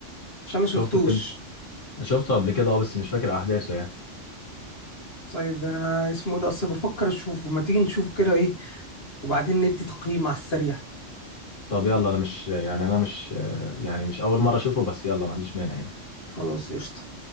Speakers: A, on the left; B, on the left.
A: عشان ما شفتوش
B: شفت فيلم شفته قبل كده اه بس مش فاكر احداثه يعني
A: طيب ده انا اسمه إيه ده اصل بفكر اشوفه ما تيجي نشوفه كده ايه وبعدين ندي تقييم على السريع
B: طب يلا انا مش يعني انا مش يعني مش اول مره اشوفه بس يلا ما عنديش مانع يعني
A: خلاص قشطة